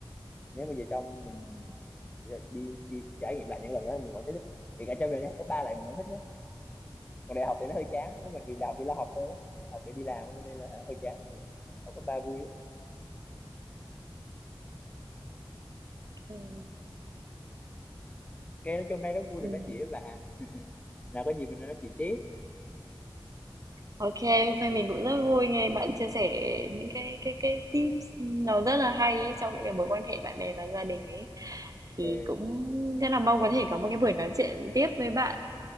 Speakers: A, on the left; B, on the right.
A: nếu bây giờ cho mình đi, đi, đi trải nghiệm lại những lần đó mình vẫn thấy thích kể cả cho mình đi học cấp ba lại mình vẫn thích nhé còn đại học thì nó hơi chán với mình vì đại học chỉ là học thôi á. học để đi làm á, cho nên là hơi chán mình học cấp ba vui
B: ok.
A: cái nói chung nay rất vui
B: Ừm.
A: được nói chuyện với bạn <laughs> nào có gì mình nói chuyện tiếp
B: Ok, hôm nay mình cũng rất vui nghe bạn chia sẻ những cái cái cái tips nó rất là hay ấy trong những cái mối quan hệ bạn bè và gia đình ấy. Thì
A: Ok.
B: cũng rất là mong có thể có một cái buổi nói chuyện tiếp với bạn